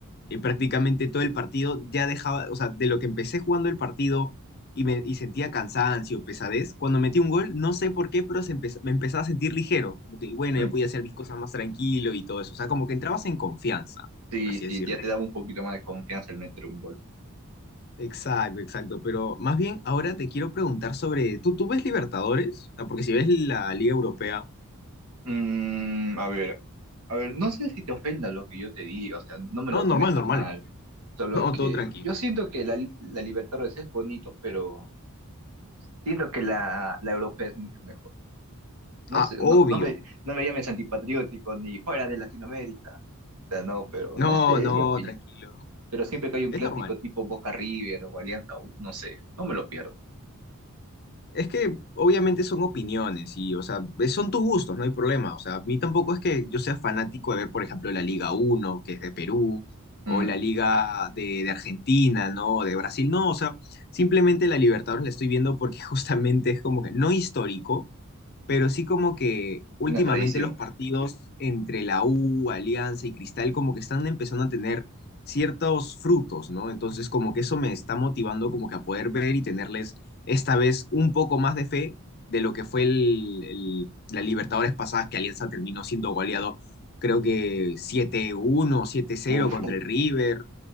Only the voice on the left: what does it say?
y prácticamente todo el partido ya dejaba, o sea, de lo que empecé jugando el partido y, me, y sentía cansancio, pesadez, cuando metí un gol, no sé por qué, pero se empe- me empezaba a sentir ligero, como que bueno,
ya podía hacer mis cosas más tranquilo y todo eso, o sea, como que entrabas en confianza,
por así decirlo.
Exacto, exacto. Pero más bien ahora te quiero preguntar sobre, ¿tú, tú ves Libertadores? O sea, porque si ves la Liga Europea,
No,
normal, normal.
No,
todo tranquilo.
Ah,
obvio.
No,
no,
tranquilo.
Es
normal.
Es que obviamente son opiniones y, o sea, es- son tus gustos, no hay problema. O sea, a mí tampoco es que yo sea fanático de ver, por ejemplo, la Liga uno que es de Perú, o
la Liga de, de Argentina, ¿no? De Brasil. No, o sea, simplemente la Libertadores la estoy viendo porque <laughs> justamente es como que no histórico. pero sí como que últimamente
los partidos entre la U, Alianza y Cristal como que están empezando a tener ciertos frutos, ¿no? Entonces como que eso me está motivando como que a poder ver y tenerles esta vez un poco más de fe de lo que fue el, el- la Libertadores pasada que Alianza terminó siendo goleado creo que siete uno siete cero
contra el River.